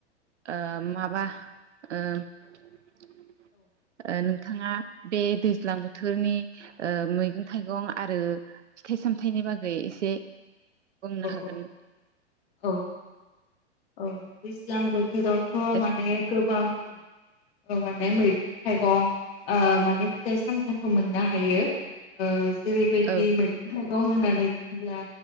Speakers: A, on the right (about 80°); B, on the left (about 60°).
A: ओ माबा ओ ओ नों थाङा बे दैज्लां बोथोरनि ओ मैगं थाइगं आरो फिथाइ सामथाइनि बागै एसे बुंनो हागोन
B: औ औ औ दैज्लां बोथोराव खौथ'
A: औ
B: माने गोबां औ ओ माने मैगं थाइगं ओ माने फिथाइ सामथाइखौ मोननो हायो ओ जेरैबायदि
A: औ
B: मैगं थाइगं दं होननानै बुङोब्ला